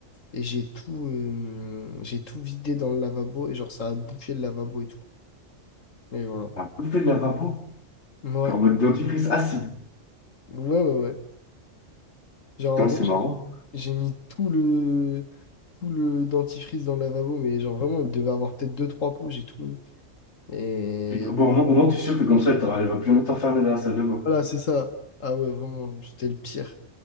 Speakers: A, on the left; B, on the left.
A: et j'ai tout, euh, j'ai tout vidé dans le lavabo et genre, ça a bouffé le lavabo et tout. Mais voilà.
B: Ah, vous faites de la vapeur?
A: Ouais,
B: Genre en mode dentifrice assis.
A: ouais, ouais, ouais. Genre,
B: Putain,
A: en gros,
B: c'est
A: j'ai
B: marrant.
A: j'ai mis tout le, tout le dentifrice dans le lavabo, mais genre vraiment, il devait avoir peut-être deux, trois pots, j'ai tout mis. Et
B: Putain, Bon, au moins, au moins, tu es sûr que comme ça, elle t'aura- elle va plus jamais t'enfermer dans la salle de bain.
A: voilà, c'est ça. Ah ouais, vraiment, c'était le pire.